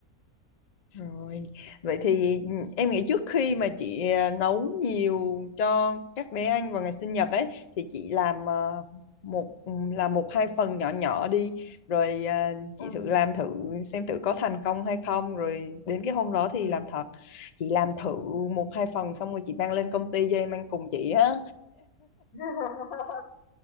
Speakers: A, on the left (about 55°); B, on the left (about 80°).
A: rồi. Vậy thì ừ, em nghĩ trước khi mà chị à, nấu nhiều cho các bé ăn vào ngày sinh nhật ấy thì chị làm à, một ừ, làm một hai phần nhỏ nhỏ đi rồi à, chị
B: ừ.
A: thử
B: Ừ.
A: làm thử xem thử có thành công hay không rồi đến cái hôm đó
B: Ừ.
A: thì làm thật. Chị làm thử một hai phần xong rồi chị mang lên công ty cho em ăn cùng chị á.
B: <laughs>